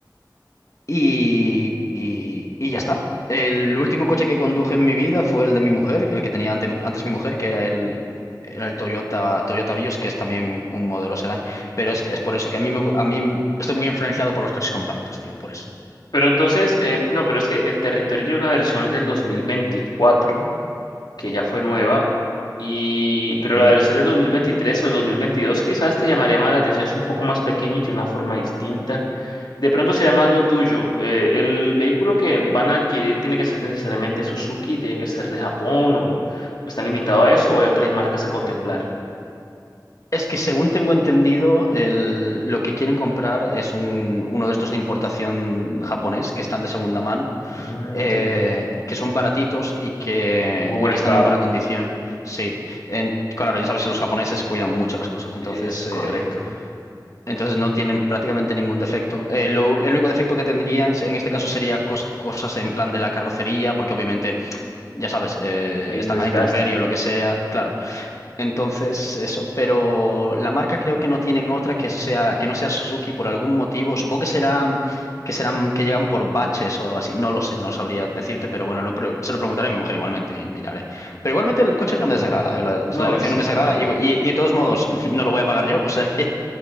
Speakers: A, on the left; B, on the left.
A: y, y- y ya está. El último coche que conduje en mi vida fue el de mi mujer, el que tenía antes, antes mi mujer, que era el, era el Toyota, Toyota Vios, que es también un modelo sedán. Pero es, es por eso que a mí, me, gu- a mí estoy muy influenciado por los coches compactos, tío, por eso.
B: Pero entonces, eh, no, pero es que el territorio tiene una versión del 2024, que ya fue nueva, y, pero
A: Ujú.
B: la versión del 2023 o el 2022 quizás te llamaría más la atención, es un poco más pequeño y tiene una forma distinta. De pronto será más lo tuyo. Eh, el vehículo que van a adquirir tiene que ser necesariamente Suzuki, tiene que ser de Japón o o están limitados a eso o hay otras
A: Eh,
B: marcas a contemplar.
A: Es que según tengo entendido, el- lo que quieren comprar es un, uno de estos de importación japonés que están de segunda mano
B: Mm,
A: eh,
B: ok.
A: que son baratitos y que,
B: Muy
A: y
B: buen
A: que
B: estado.
A: están en buena condición. Sí, En- claro, ya sabes que los japoneses cuidan mucho las cosas, entonces,
B: Es correcto.
A: eh, entonces no tienen prácticamente ningún defecto. Eh, lo- el único defecto que tendrían en este caso sería cos- cosas en plan de la carrocería, porque obviamente, ya sabes, eh,
B: Hay un
A: están
B: desgaste.
A: a la intemperie o lo que sea. Claro, entonces, eso, pero la marca creo que no tienen otra que sea, que no sea Suzuki por algún motivo. Supongo que serán, que serán, que llegan por baches o algo así. No lo sé, no sabría decirte, pero bueno, lo pre- se lo preguntaré a mi mujer igualmente y miraré. Pero igualmente
B: mm,
A: el
B: Claro.
A: coche no me desagrada, eh, La,
B: No,
A: la elección
B: es,
A: no
B: es
A: me desagrada
B: bueno.
A: y, y- y de todos modos <laughs> no lo voy a pagar yo, o sea que